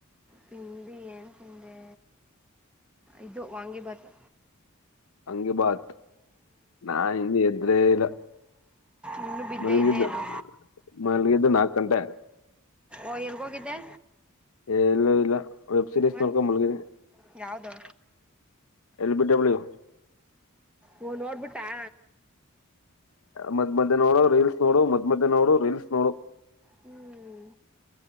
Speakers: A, in the centre; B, on the left.
A: ತಿಂಡಿ ಏನ್ ತಿಂದೆ ಇದು ವಾಂಗಿ ಭಾತು.
B: ವಾಂಗೀ ಬಾತ್ ನಾ ಇನ್ ಎದ್ದೆ ಇಲ್ಲ.
A: ಇನ್ನು ಬಿದ್ದೆ
B: ಮಲ್ಲಿಗಿದ್ದ
A: ಇದ್ದೇನು
B: ಮಲ್ಲಿಗಿದ್ದು ನಾಕ ಗಂಟೆ.
A: ಓ ಎಲ್ಗೋಗಿದ್ದೆ.
B: ಎ ಎಲ್ಲೂ ಇಲ್ಲ ವೆಬ್ ಸೀರೀಸ್
A: ಒಂದ್
B: ನೋಡ್ಕೊಂಡು ಮಲಗಿದ್ದೆ.
A: ಯಾವ್ದು
B: ಎಲ್ ಬಿ ಡಬ್ಲ್ಯು.
A: ಓ ನೋಡ್ಬಿಟ್ಟಾ.
B: ಮದ್ ಮದ್ಯ ನೋಡು ರೀಲ್ಸ್ ನೋಡು ಮದ್ ಮದ್ಯ ನೋಡು ರೀಲ್ಸ್ ನೋಡು.
A: ಹ್ಮ್